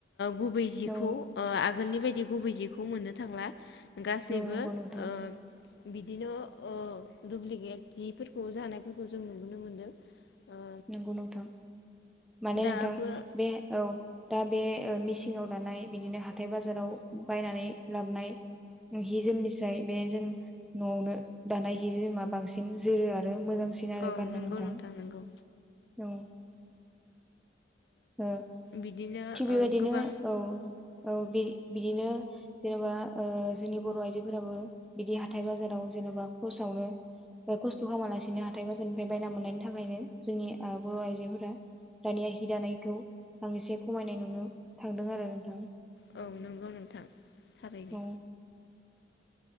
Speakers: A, on the left (about 65°); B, in the centre.
A: गुबै जिखौ
B: औ
A: ओ आगोलनि बायदि बिदि गुबै जिखौ मोननो थांला। गासैबो
B: औ नंगौ नोंथां
A: ओ <inaudible> बिदिनो ओ दुुब्लिकेट जिफोरखौ जानाय फोरखौ जों नुनो मोनदों ओ
B: नोंगौ नोंथां, माने
A: दाबो
B: नोंथां बे औ दा बे मिसिं सिङाव दानाय बिदिनो हाथाय बाजाराव बायनानै लाबोन हि जोमनिफ्राय बे जों न'आवनो दानाय हि जोमा बांसिन जोरो आरो मोजांसिन आरो
A: औ
B: गाननो
A: नंगौ
B: नोंथां
A: नंगौ
B: औ ओ
A: बिदिनो
B: थिग बेबायदिनो
A: ओ गोबां
B: औ औ बे बिदिनो जेनेबा ओ जोंनि बर' आइजोफोराबो बिदि हाथाइ बाजाराव जेन'बा खसावनो खस्थ' खालामालासिनो हाथाय बाजारनिफ्राय बायना मोननायनि थाखायनो जोंनि ओ बर' आइजोफोरा दानिया हि दानाय खौ आं एसे खमायनाय नुनो थांदों आरो नोंथां
A: औ नंगौ नोंथां थारैनो
B: औ